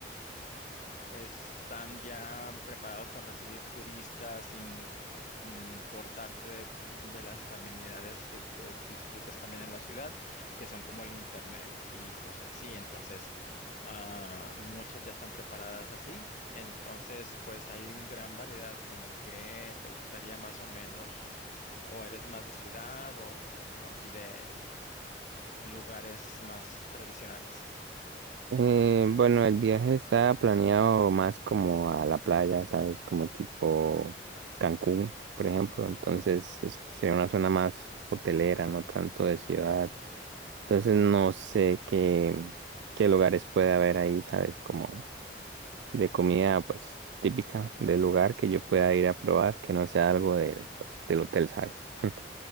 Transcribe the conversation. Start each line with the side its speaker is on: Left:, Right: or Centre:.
Left: están ya preparados para recibir turistas sin mm, cortarte de, de las amenidades que, que disfrutas también en la ciudad, que son como el internet y cosas así. Entonces, ah, muchas ya están preparadas así. Entonces, pues hay una gran variedad, como que te gustaría más o menos, o eres más de ciudad o, o de- así de lugares más tradicionales.
Right: Eh, bueno, el viaje está planeado más como a la playa, ¿sabes? Como tipo Cancún, por ejemplo. Entonces es- sería una zona más hotelera, no tanto de ciudad. Entonces no sé qué, qué lugares puede haber ahí, ¿sabes? Como de comida, pues típica del lugar que yo pueda ir a probar, que no sea algo de, pues, del hotel, ¿sabes? <laughs>